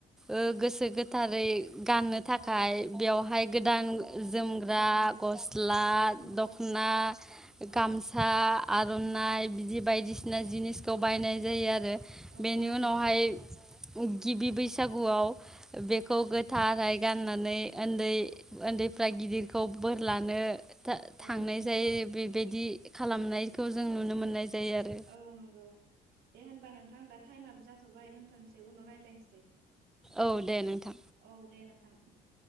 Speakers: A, in the centre; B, on the right.
A: ओ गोसो गोथारै गाननो थाखाय
B: औ
A: बेवहाय
B: औ
A: गोदान जोमग्रा
B: गोदान द्रेस
A: गस्ला
B: औ जोमग्रा
A: दख'ना
B: गस्ला औ
A: गामसा आर'नाइ बिदि बायदिसिना
B: औ
A: जिनिसखौ बायनाय जायो आरो
B: औ
A: बेनि
B: बानायनाय
A: उनावहाय
B: जायो
A: गिबि बै बैसागुआव बेखौ थाराय गाननानै उन्दै उन्दैफ्रा गिदिरखौ बोर लानो दा थांनाय
B: औ
A: जायो बेबायदि खालामनायखौ जों नुनो मोननाय जायो आरो
B: औ <inaudible> दे होनबा नोंथां दा टाइमाब जाथ'बाय दोन्थ'नोसै उनाव रायज्लायनोसै
A: औ दे नोंथां
B: औ दे नोंथां दे